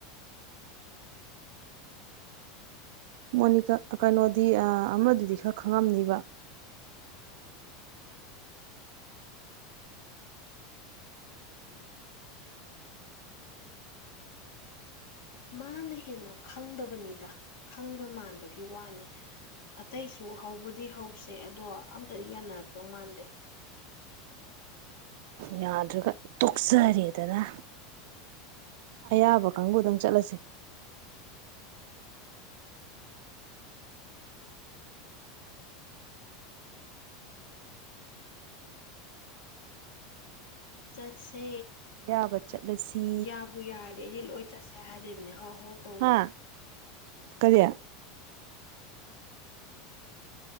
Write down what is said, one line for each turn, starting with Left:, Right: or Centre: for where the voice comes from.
Right: ꯃꯣꯅꯤꯀꯥ ꯀꯩꯅꯣꯗꯤ ꯑꯃꯗꯨꯗꯤ ꯈꯔ ꯈꯪꯉꯝꯅꯤꯕ
Left: ꯃꯥꯅ ꯍꯦꯟꯅ ꯈꯪꯗꯕꯅꯤꯗ ꯈꯪꯕ ꯃꯥꯟꯕꯒꯤ ꯋꯥꯅꯤ ꯑꯇꯩꯁꯨ ꯍꯧꯕꯗꯤ ꯍꯧꯁꯦ ꯑꯗꯣ ꯑꯝꯇꯗꯤ ꯌꯥꯅꯔꯛꯇꯧ ꯃꯥꯟꯗꯦ
Right: ꯌꯥꯗ꯭ꯔꯒ ꯇꯣꯛꯆꯔꯦꯗꯅ ꯑꯌꯥꯕ ꯀꯥꯡꯕꯨ ꯑꯗꯨꯝ ꯆꯠꯂꯁꯤ
Left: ꯆꯠꯁꯦ
Right: ꯑꯌꯥꯕ ꯆꯠꯂꯁꯤ
Left: ꯌꯥꯕꯨ ꯌꯥꯔꯔꯦ ꯑꯩꯗꯤ ꯂꯣꯏ ꯆꯠꯁꯦ ꯍꯥꯏꯔꯤꯕꯅꯦ ꯍꯣꯏ ꯍꯧ ꯇꯧꯗꯅ
Right: ꯍꯥꯥ ꯀꯔꯤꯌꯥ